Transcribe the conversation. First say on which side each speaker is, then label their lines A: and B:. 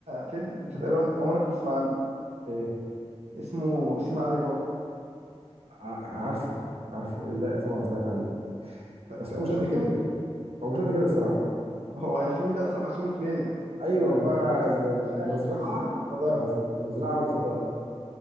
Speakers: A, on the right; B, on the right.
A: فيلم انت تقريبا عمرك ما تسمع عنه
B: ايه
A: اسمه سيما علي بابا
B: ع- عارفه عارفه إيه، لا طبعا سمعت عنه
A: س-
B: بس هو مش قد
A: شفته
B: كده هو مش قد كده الصراحه
A: هو الفيلم ده اصلا مقسوم اتنين
B: ايوه
A: اللي هو
B: اللي هو
A: قصه
B: ال- ال-
A: الفراخ
B: المزرعه
A: وقصه الفراخ
B: المز- المزرعه والفضاء